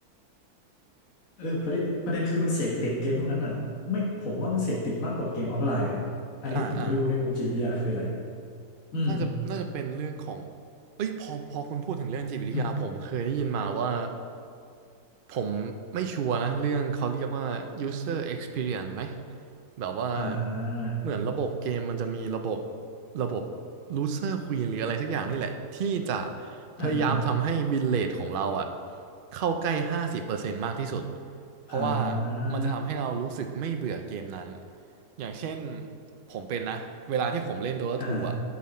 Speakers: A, on the left; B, on the right.
A: เออประเด็นประเด็นคือมันเสพติดเกมพวกนั้นอ่ะไม่ผมว่ามันเสพติดมากกว่าเกมออฟไลน์อ่ะอันนี้ผมไม่รู้ในมุมจิตวิทยาคืออะไร
B: <laughs> อ่าอ่า
A: อืม
B: น่าจะน่าจะเป็นเรื่องของ เอ้ยพอพอคุณพูดถึงเรื่องจิตวิทยาผมเคยได้ยินมาว่า
A: อืม
B: ผมไม่ชัวร์นะเรื่องเขาเรียกว่า user experience ไหมแบบว่า
A: อ่า
B: เหมือนระบบเกมมันจะมีระบบระบบ loser queen หรืออะไรสักอย่างนี่แหละที่จะพยายามทำให้
A: อ่าฮะ
B: win rate ของเราอะเข้าใกล้50%มากที่สุดเพราะว่า
A: อ่า
B: มันจะทำให้เรารู้สึกไม่เบื่อเกมนั้นอย่างเช่นผมเป็นนะเวลาที่ผมเล่น Dota
A: อ่าฮะ
B: 2อ่ะ